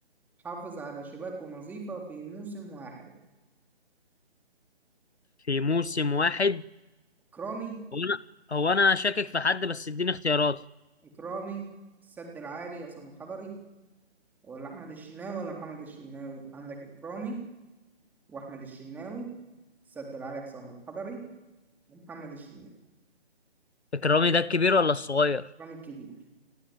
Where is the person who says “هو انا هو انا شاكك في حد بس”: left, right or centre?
Left